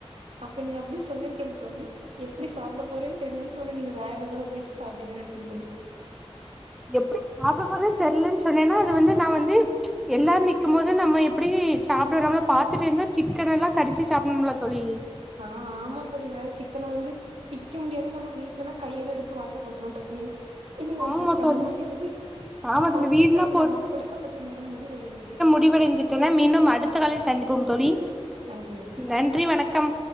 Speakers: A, on the right; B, in the centre.
A: அப்ப நீங்க அப்டி சொல்லிருக்கணு தோழி எப்டி சாப்ட போறேன்னு தெரியலன்னு சொன்னா நீங்க வேற ஏதோ பிரிச் சாப்டுவீங்கனு நெனைச்ச தோழி
B: எப்டி சாப்பிட போறனு தெரியலன்னு சொன்னேன்னா அது வந்து நா வந்து எல்லாரு நிக்கும் போது நம்ம எப்டி சாப்பிட நம்மள பாத்துட்டு இருந்தா சிக்கனெல்லா கடிச்சி சாப்பிடணும்ல தோழி
A: ஆ ஆமா தோழி வேற சிக்கன வந்து பிக்க முடியாது நம்ம வீட்லனா கையுல எடுத்து வாய்ல போட்டுருவோ டக்குன்னு இங்க அப்படி
B: ஆமா
A: பண்ண
B: தோழி
A: முடியாது,
B: ஆமா
A: ஓகே
B: வீட்னா
A: தோழி நமக்கு குடுக்கப்பட்ட நேரம் முடிவடைந்தது
B: முடிவடைந்துவிட்டன மீண்டும் அடுத்த காலில் சந்திப்போம் தோழி,
A: நன்றி வணக்கம்
B: நன்றி வணக்கம்.